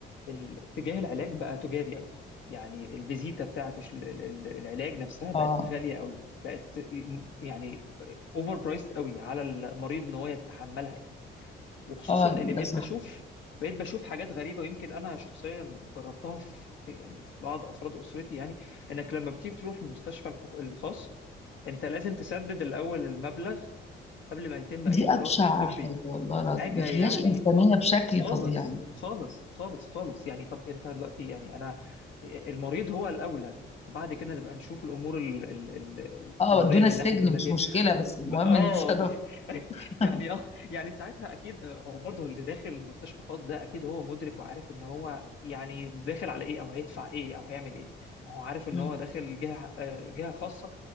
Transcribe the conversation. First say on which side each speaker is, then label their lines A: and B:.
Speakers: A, on the left (about 70°); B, on the left (about 30°).
A: ال- اتجاه العلاج بقى تجاري قوي يعني الفيزيتا بتاعت الش- ال- ال- العلاج نفسها بقت
B: اه
A: غاليه قوي بقت يعني اوفر برايسد قوي على المريض ان هو يتحملها يعني وخصوصا
B: اه
A: ان بقيت
B: ده
A: بشوف
B: صح
A: بقيت بشوف حاجات غريبه ويمكن انا شخصيا جربتها في في- يعني في بعض افراد اسرتي يعني انك لما بتيجي تروح المستشفى الحك- الخاص انت لازم تسدد الاول المبلغ قبل ما يتم
B: دي
A: اي اجراء
B: ابشع
A: طبي
B: حاجه والله العظيم
A: حاجه
B: ما فيهاش
A: يعني
B: انسانيه
A: آه،
B: بشكل
A: خالص
B: فظيع يعني
A: خالص خالص خالص يعني طب انت دلوقتي يعني انا المريض هو الاولى وبعد كده نبقى نشوف الامور ال- ال- ال- القانونيه
B: اه ودونا
A: من
B: السجن
A: ناحيه الماديه
B: مش مشكله بس
A: ب-
B: المهم
A: اه
B: نتصرف
A: ب- <laughs>
B: <laughs>
A: يعني اه يعني ساعتها اكيد آه، هو برضه اللي داخل مستشفى خاص ده اكيد هو مدرك وعارف ان هو يعني داخل على ايه او هيدفع ايه او هيعمل ايه ما هو عارف ان
B: مم.
A: هو داخل جهه آه، جهه خاصه